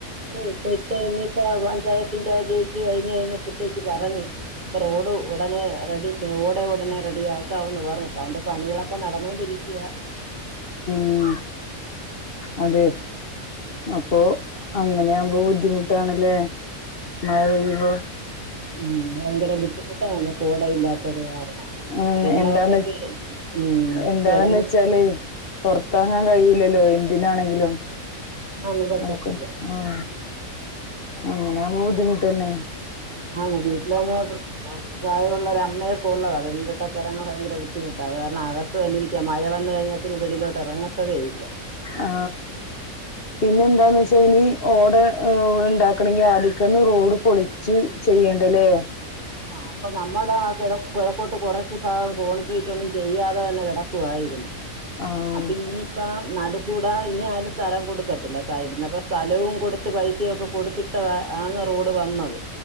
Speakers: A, on the right; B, on the left.
A: ഇട്ട ഇനിയിപ്പോ പഞ്ചായത്തിന്റെയതിലേക്ക് കഴിഞ്ഞത് കഴിഞ്ഞപ്പത്തേക്ക് പറഞ്ഞ് പോയി. ഇപ്പൊ റോഡ് ഉടനെ റെഡി ഞങ്ങ ള് ഉടനെ റെഡി ആക്കാവെന്ന് പറഞ്ഞപ്പതിന്റെ പണികളൊക്കെ നടന്നോണ്ടിരിക്കയാ.
B: ഉം അതെ അപ്പൊ അങ്ങനെയാകുമ്പോ ബുദ്ധിമുട്ടാണല്ലേ. മഴ പെയ്യുമ്പോ
A: ഉം ഭയങ്കര ബുദ്ധിമുട്ടാണ് നമ്മെക്ക് ഓടയില്ലാത്തത് കാരണം.
B: ഉം
A: വെള്ളമൊക്കെ
B: എന്താന്ന്
A: കിളി ഉം
B: എന്താണെന്ന്
A: കിളന്ന്
B: വെച്ചാല് പൊറത്തെറങ്ങാൻ കഴിയി ല്ലല്ലോ എന്തിനാണെങ്കിലും
A: ഒന്നും പറ്റത്തില്ല
B: നോക്ക് ഉം ഇങ്ങനെയാന്ന് ബു ദ്ധിമുട്ടേന്നേ
A: ആ വീട്ടിലാണെ തന്നെ പ്രായമൊള്ളര് അമ്മയൊക്കെള്ളതാ വെള്ളിലോട്ടൊക്കെയിറങ്ങാൻ ഭയങ്കര ബുദ്ധിമുട്ടാ. കാരണം അകത്ത് തന്നിരിക്കാ. മഴ വന്നു കഴിഞ്ഞാപ്പിന്നെ വെളിലോട്ടേറങ്ങത്തേയില്ല.
B: ആ പിന്നെ എന്താന്ന് വെച്ചാ ഇനി ഓട ഉണ്ടാക്കണെങ്കി ആദിക്കൊന്ന് റോഡ് പൊളിച്ച് ചെയ്യണ്ടല്ലേ.
A: ആ അപ്പൊ നമ്മെടെ ആ കെട കെഴക്കോട്ട് കൊറച്ച് ഭാഗം കോൺക്രീറ്റൊന്നും ചെയ്യാതെത്തന്നെ കെടക്കുവായിരുന്നു.
B: ആഹ്
A: അപ്പയിനിയിപ്പ നടു ക്കൂടേ ഇനി ആരും സ്ഥലം കൊടുക്കത്തില്ല. സൈഡിന്നെക്കെ സ്ഥലവും കൊടുത്ത് പൈസയൊക്കെ കൊടുത്തിട്ടയാന്ന് റോഡ് വന്നത്.